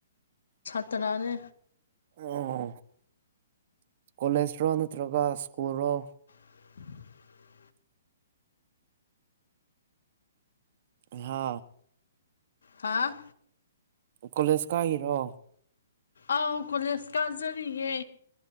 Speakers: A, on the left; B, on the right.
A: ꯁꯥꯠꯇ꯭ꯔꯥꯅꯦ
B: ꯑꯣ ꯀꯣꯂꯦꯖꯔꯣ ꯅꯠꯇ꯭ꯔꯒ ꯁ꯭ꯀꯨꯜ ꯔꯣ
A: 'inaudible'
B: ꯍꯥ
A: ꯍꯥꯥ
B: ꯀꯣꯂꯦꯖ ꯀꯥꯏꯔꯣ
A: ꯑꯧ ꯀꯣꯂꯦꯁ ꯀꯥꯖꯔꯤꯌꯦ